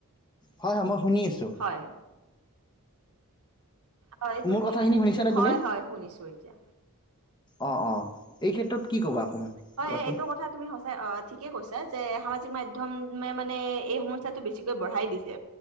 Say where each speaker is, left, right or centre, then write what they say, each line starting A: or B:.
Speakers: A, on the left; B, on the right.
A: হয় হয় মই শুনি আছো।
B: হয়। হয়
A: মোৰ
B: তুমি,
A: কথাখিনি শুনিছানে
B: হয়
A: তুমি?
B: হয় শুনিছো এতিয়া।
A: অঁ অঁ, এই ক্ষেত্ৰত কি ক'বা অকণমান।
B: হয়
A: কোৱাচোন?
B: হয় এইটো কথা তুমি স অ ঠিকে কৈছা যে সামাজিক মাধ্যমে মানে এই সমস্যাটো বেছিকৈ বঢ়াই দিছে।